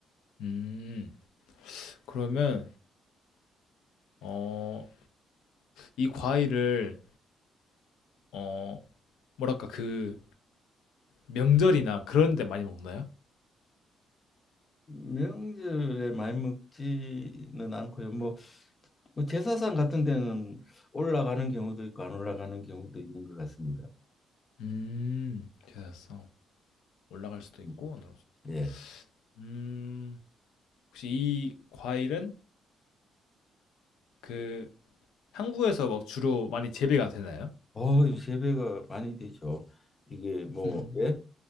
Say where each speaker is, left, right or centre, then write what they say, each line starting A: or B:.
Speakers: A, on the left; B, on the left.
A: 음, 그러면, 어, 이 과일을, 어, 뭐랄까, 그, 명절이나 그런 데 많이 먹나요?
B: 명절에 많이 먹지는 않고요. 뭐, 뭐 제사상 같은 데는 올라가는 경우도 있고 안 올라가는 경우도 있는 것 같습니다.
A: 음, 찾았어. 올라갈 수도 있고,
B: 음,
A: 안 올라갈 수도 있고.
B: 예.
A: 음, 혹시 이 과일은 그 한국에서 막 주로 많이 재배가 되나요?
B: 어, 세 배가 많이 되죠. 이게 뭐
A: 음.
B: 예?